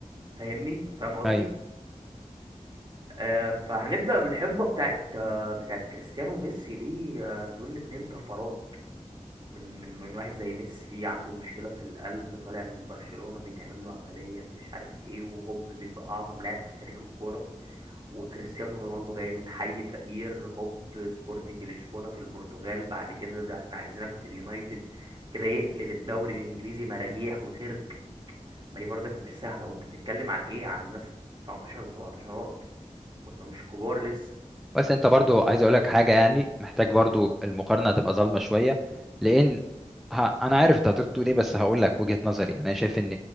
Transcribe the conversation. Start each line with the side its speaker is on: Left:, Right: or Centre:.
Right: فاهمني فاهم قصدي
Centre: ايوه
Right: آه، فهنبدأ بالحقبة بتاعت آه، بتاعت كريستيانو وميسي دي آه، دول الاتنين طفرات من من من واحد زي ميسي عنده مشكلة في القلب طالع من برشلونة بيتعمل له عملية مش عارف ايه وهوب بيبقى أعظم لاعب في تاريخ الكورة وكريستيانو رونالدو جاي من حي فقير هوب سبورتنج لشبونة في البرتغال بعد كده ده احنا عايزينك في اليونايتد كده يقلب الدوري الإنجليزي مراجيح وسيرك ما دي برضك مش سهلة وانت بتتكلم عن ايه عن ناس 19 و17 ما كانوش كبار لسه
Centre: بس انت برضو عايز اقولك حاجه يعني محتاج برضو المقارنه تبقى ظالمه شويه لان ه... انا عارف انت هتقول ايه بس هقول لك وجهه نظري يعني انا شايف ان